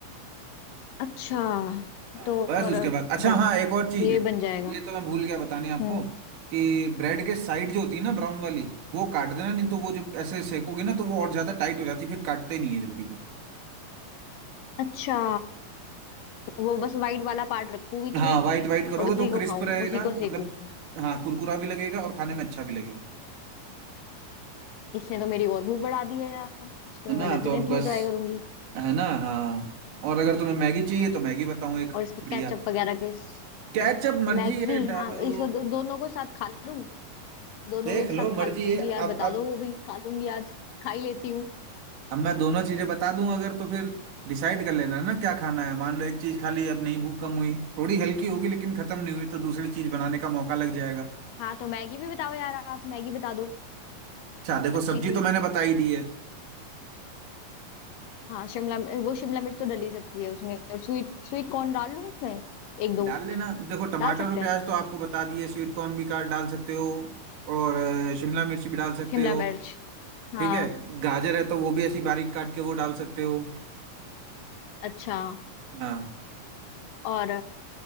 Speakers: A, on the left; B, on the right.
A: अच्छा
B: हाँ
A: तो
B: बस
A: और
B: उसके बाद अच्छा
A: बस
B: हाँ एक और चीज
A: ये बन जाएगा
B: ये तो मैं भूल गया बताने आपको
A: हम्म
B: कि ब्रेड के साइड जो होती है ना ब्राउन वाली वो काट देना नहीं तो वो जब ऐसे सेकोगे ना तो वो और ज्यादा टाइट हो जाती है, फिर काटते नहीं है जल्दी वो
A: अच्छा वो बस वाइट वाला पार्ट रखूं बीच
B: हाँ
A: में
B: व्हाइट व्हाइट करोगे
A: और उसी
B: तो
A: को
B: क्रिस्प
A: खाऊं
B: रहेगा
A: उसी को
B: मतलब
A: सेकूं
B: हाँ कुरकुरा भी लगेगा और खाने में अच्छा भी लगेगा
A: इसने तो मेरी और भूख बढ़ा दी है यार इसको
B: है
A: तो
B: ना
A: मैं डेफिनेटली
B: तो अब बस
A: ट्राई करूंगी
B: है ना हाँ और अगर तुम्हें मैगी चाहिए तो मैगी बताऊँ एक बढ़िया
A: और इसको केचप वगैरह के स-
B: कैचअप मर्जी
A: मैगी
B: है डालो
A: हाँ इसको दो, दोनों को साथ खा लूं दोनों
B: देख
A: को एक
B: लो
A: साथ खा
B: मर्जी
A: लूंगी
B: है
A: यार बता
B: अब अब
A: दो वो भी खा लूंगी आज खा ही लेती हूँ
B: अब मैं दोनों चीजें बता दूं अगर तो फिर डिसाइड कर लेना है ना क्या खाना है मान लो एक चीज खा ली अब नहीं भूख कम हुई थोड़ी हल्की होगी लेकिन खत्म नहीं हुई तो दूसरी चीज बनाने का मौका लग जाएगा
A: हाँ तो मैगी भी बताओ यार आप मैगी बता दो
B: अच्छा देखो
A: अच्छी
B: सब्जी
A: सी
B: तो मैंने बता ही दी है
A: हाँ शिमला मि- वो शिमला मिर्च तो डल ही सकती है उसमें और स्वीट स्वीट कॉर्न डाल लूं उसमें एक दो
B: डाल लेना देखो टमाटर
A: डाल सकते
B: और प्याज
A: हैं
B: तो आपको बता दिए स्वीट कॉर्न भी काट डाल सकते हो और अ, शिमला मिर्च भी डाल सकते
A: शिमला
B: हो
A: मिर्च हाँ
B: ठीक है गाजर है तो वो भी ऐसी बारीक काट के वो डाल सकते हो
A: अच्छा
B: हाँ
A: और